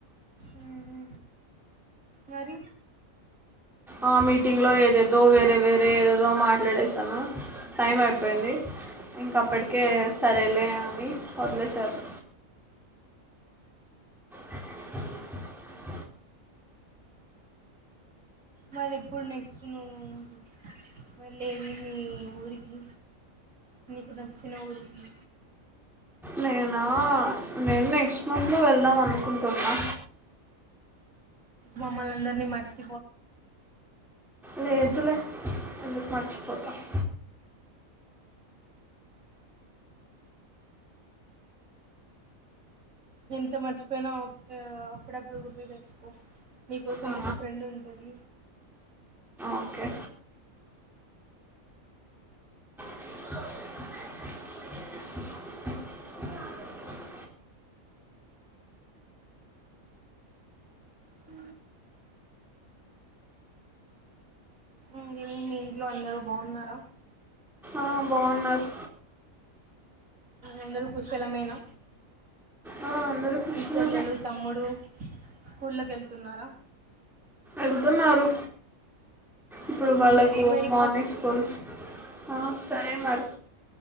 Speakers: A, on the right; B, in the centre.
A: ఊహూ మరి
B: ఆ మీటింగ్ లో ఏదేదో వేరే వేరే ఏదేదో మాట్లాడేసాను. టైం అయిపోయింది. ఇంకప్పటికే సరేలే అని వదిలేసారు. <inaudible>
A: మరి ఎప్పుడు నెక్స్ట్ నువ్వు వెళ్ళేది. నీ ఊరికి నీకు నచ్చిన ఊరికి.
B: నేనా నేను నెక్స్ట్ మంత్ లో వెళ్దాం అనుకుంటున్నా.
A: మమ్మల్ందరినీ మర్చ్
B: లేదులే ఎందుకు మర్చిపోతా <inaudible>
A: ఎంత మర్చ్ పోయినా అప్పుడప్పుడు. గుర్తుతెచ్చుకో నీకోసం
B: ఆ,
A: ఒక ఫ్రెండ్ ఉంటది.
B: ఓకే <inaudible>
A: ఆ ఉహ్ మీర్ మీ ఇంట్లో అందరు బాగున్నార.
B: ఆ బాగున్నార్
A: అందరుూ కూషాళ్లమేనా
B: ఆ, అందరూ కుషలమే
A: మీ చెల్లెలు, తమ్ముడు స్కూల్లోకి ఎళ్తున్నారా
B: ఎల్తోన్నారు ఇప్పుడు వాళ్ళకు
A: సరే మరి
B: మార్నింగ్ స్కూల్స్ ఆ సరే మరి